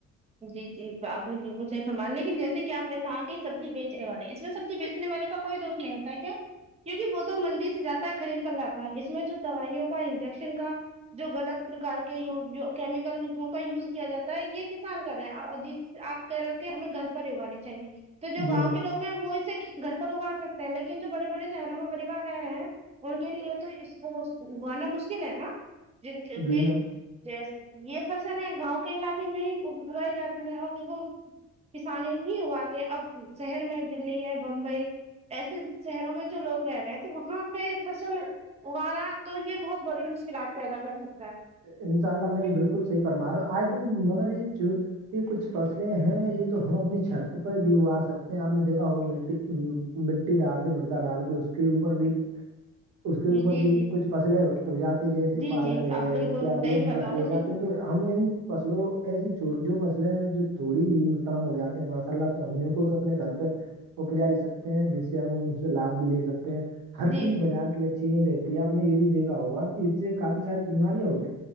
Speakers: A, on the right (about 20°); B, on the right (about 85°).
A: جی جی آپ نے بالکل صح فرمان لیکن جیسے کہ آپ نے کہا کہ سبزی بیچنے والے ہیں اس میں سبزی بیچ نے والے کا کوئی دوش نہیں ہوتا ہے کیا کیوںکہ وہ تو منڈی سے جاتا ہے خرید کر لاتا ہے اس میں جو دوائیوں کا انجیکشن کا جو غلط پرکار کے کیمیکل کا یوز کیا جاتا ہے یہ کسان کر رہے ہیں جس آپ کہہ رہے ہو کہ ہمیں گھر پر ہی اگانے چاہیے تو جو
B: جی
A: گاؤں
B: میم
A: کے لو ہیں وہ اسے گھر پر اگاڑ سکتے ہیں لیکن جو بڑے بڑے شہروں میں پریوار رہ رہے ہیں ان کے لیے تو اس کو گوانا مشکل ہے نا جن کی
B: جی
A: کہ
B: میم
A: جی یہ فصل ہے گاؤں کے علاقے میں ہی ابوائی جاتی ہیں اور دھ کسانے ہی ہوواتے اب شہر میں دلی ہے بمبئی ایسے شہروں میں جو لوگ رہ رہے ہیں تو وہاں پہ فصل اگالا تو یہ بہت بڑی مشکلات پیدا کر سکتا ہے
B: انشاء اللہ میم
A: جی
B: بالکل صحیح فرما رہا آئے دن مگر یہ یہ کچھ فصلیں ہیں یہ تو ہم اپنی چھت پہ بھی اوا سکتے ہیں آپ نے دیکھا ہوگا ملٹی ڈال کے مردا ڈال کے اس کے اوپر بھی اس کے اوپر
A: جی
B: بھی
A: جی
B: کچھ فصلیں ہو جاتی جیسے
A: جی
B: پالک
A: جی
B: ہے
A: آپ بالکل
B: دیسی
A: صحیح فرما
B: فصلیں
A: رہے
B: ہو جاتی ہیں تو ہم ان فصلوں ایسی چ جو فصلیں ہیں جو تھوڑی ہی نقدام ہو جاتی ہیں ہمارے سلہ تو ہم ان کو تو اپنے گھر پہ اپپجا ہی سکتے ہیں جس سے ہم ان سے لابھ بھی لے سکتے ہیں ہر
A: جی
B: چیز بازار کی اچھی اچھی نہیں رہتی ہے آپ نے یہ بھی دیکا ہوگا کہ اس سے کافی ساری بیماریاں ہوتی